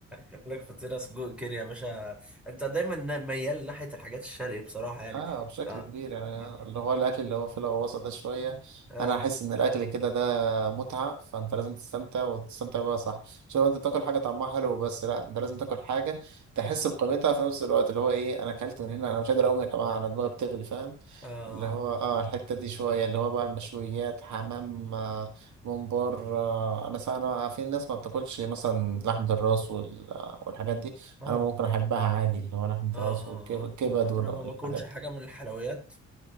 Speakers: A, in the centre; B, on the right.
A: لك فطيرة سجق كده يا باشا انت دايما ميال ناحية الحاجات الشرقي بصراحة يعني
B: اه بشكل
A: اه
B: كبير يعني
A: اه
B: اللي هو الاكل اللي هو فيه الغواصه ده شويه
A: اه
B: انا احس ان الاكل كده ده متعه فانت لازم تستمتع وتستمتع بقى صح مش لو انت تاكل حاجه طعمها حلو بس لا انت لازم تاكل حاجه تحس بقيمتها في نفس الوقت اللي هو ايه انا اكلت من هنا انا مش قادر اقوم يا جماعه انا دماغي بتغلي فاهم
A: اه اه
B: اللي هو اه الحته دي شويه اللي هو بقى المشويات حمام آه ممبار آه انا سا- انا في ناس ما بتاكلش مثلا لحمه الراس وال- والحاجات دي
A: اه
B: انا ممكن احبها عادي اللي هو لحمه
A: اه
B: الراس
A: اه
B: والكبد
A: اه
B: والحاجات
A: انا ما باكلش
B: دي
A: حاجه من الحلويات